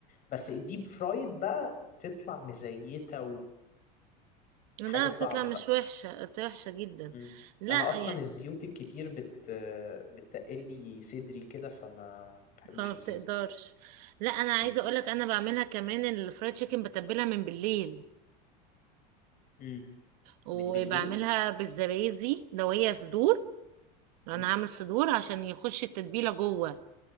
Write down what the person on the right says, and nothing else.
لا
بتطلع مش
وحشه بتبقى وحشه جدا
لا
يعني
فما
بتقدرش
لا انا عايزه
اقولك انا بعملها كمان الفرايد تشيكن بتبلها من بالليل
وبعملها
بالزبادي لو هي صدور لو
انا هعمل صدور عشان يخش التتبيله جوه